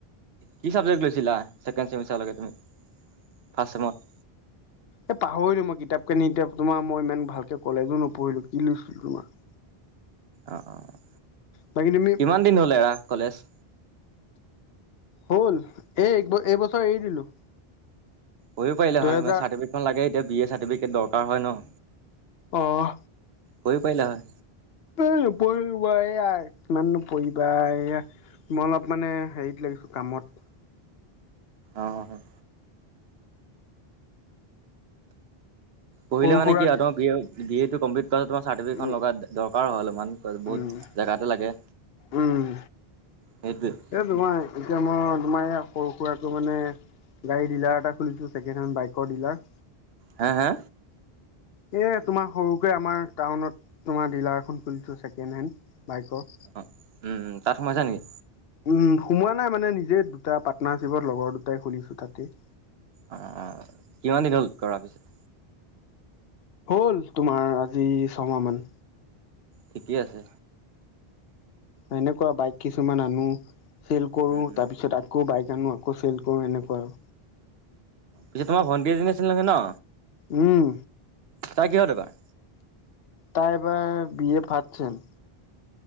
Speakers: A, on the right (about 75°); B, on the left (about 75°).
A: কি চাবজেক্ট লৈছিলা ছেকেণ্ড ছেমিষ্টাৰলৈকে তুমি। ফাৰ্ষ্ট ছেমত।
B: এ পাহৰিলো মই কিতাপ কানি এতিয়া তোমাৰ মই ইমান ভালকে কলেজো নপঢ়িলো, কি <unintelligible> তোমাৰ।
A: অ', অ'।
B: বাকী তুমি
A: কিমান দিন হলে এৰা কলেজ?
B: হ'ল এই এক এইবছৰ এৰি দিলো।
A: পঢ়িব পাৰিলে
B: দুহেজাৰ
A: হয় মানে চাৰ্টিফিকেটখন লাগে এতিয়া বি এ চাৰ্টিফিকেট দৰকাৰ হয় ন।
B: অহ।
A: পঢ়িব পাৰিলা হয়।
B: এ নপঢ়িলো বা <unintelligible> কিমাননো পঢ়িবা এইয়া। মই অলপ মানে হেৰিত লাগিছোঁ কামত।
A: অ', হয়। পঢ়িলে
B: সৰু
A: মানে
B: সুৰা
A: কি হয় তোমাৰ বিএ বি এ টো কম্প্লিট কৰা তোমাৰ চাৰ্টিফিকেটখন
B: উম
A: লগা দৰকাৰ হয় অলপমান তাৰপিছত বহুত
B: উম উম
A: জেগাতো লাগে,
B: উম
A: সেইটোৱে।
B: এই তোমাৰ এতিয়া মই তোমাৰ এয়া সৰু সুৰাকে মানে গাড়ী ডিলাৰ এটা খুলিছো, ছেকেণ্ড হেণ্ড বাইকৰ ডিলাৰ।
A: হা- হা।
B: এ তোমাৰ সৰুকে আমাৰ টাউনত তোমাৰ ডিলাৰ এখন খুলিছো ছেকেণ্ড হেণ্ড। বাইকৰ।
A: অ' উম, উম, তাত সোমাইছা নেকি।
B: উম, সোমোৱা নাই মানে নিজে দুটা পাৰ্টনাৰশ্বিপত লগৰ দুটাই খুলিছো তাতে।
A: উম, উম, কিমান দিন হ'ল কৰাৰ <unintelligible>
B: হ'ল তোমাৰ আজি ছমাহ মান।
A: ঠিকেই আছে।
B: এনেকুৱা বাইক কিছুমান আনো, চেল কৰো
A: উম
B: তাৰপিছত তাত আকৌ বাইক আনো, আকৌ চেল কৰোঁ এনেকুৱা আৰু।
A: পিছে তোমাৰ ভণ্টি এজনি আছিল নহয় ন।
B: উম।
A: তাই কিহত এবাৰ।
B: তাই এবাৰ বি এ ফাষ্ট ছেম।